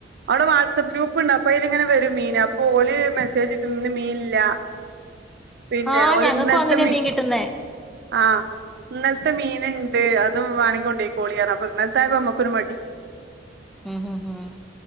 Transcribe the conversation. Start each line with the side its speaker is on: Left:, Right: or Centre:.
Right: അവിടെ വാട്സആപ്പ് ഗ്രൂപ്പ് ഉണ്ട് അപ്പൊ അതി ല് ഇങ്ങനെ വരും മീൻ അപ്പൊ ഓല മെസ്സേജ്ന്ന് മീനില്ല പിന്നെ
Centre: ആഹ്
Right: ഓല്
Centre: ഞങ്ങൾക്കും
Right: ഇനൽത്ത
Centre: അങ്ങനെയാ
Right: മി
Centre: മീൻ കിട്ടുന്നേ
Right: ആഹ ഇന്നലത്തെ മീൻണ്ട് അത് വേണോങ്ങി കൊണ്ട് പോകോളി അപ്പൊ ഇന്നലത്തൊയപ്പോ നമ്മക്കൊരു മടി
Centre: ഉം ഉം ഉം